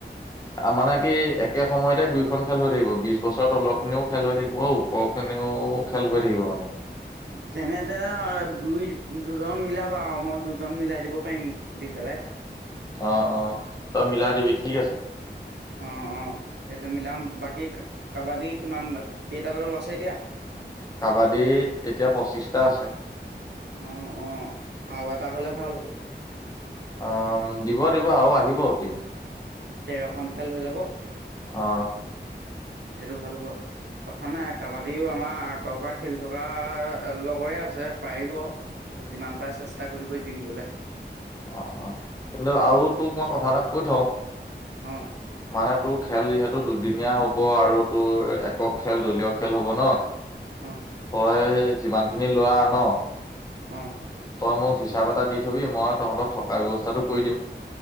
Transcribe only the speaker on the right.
যেনে তেনে দুই দুজন মিলাবা আৰু মই দুজন মিলাই দিব পাৰিম সুধি পেলাই।
অ অ সেইটো মিলাম বাকী কাবাডী কিমান কেইটা দল আছে এতিয়া।
অ অ আৰু এটা হলে ভাল হ'ব।
ডৰ খ খেল হৈ যাব।
সেইটো ভাল হ'ব কথা নাই। কাবাডীও আমাৰ আগৰ পৰা খেলি থকা লগৰে আছে পাৰিব। যিমান পাৰে চেষ্টা কৰিবই। থাকিবেলাই
অ
অ
অ।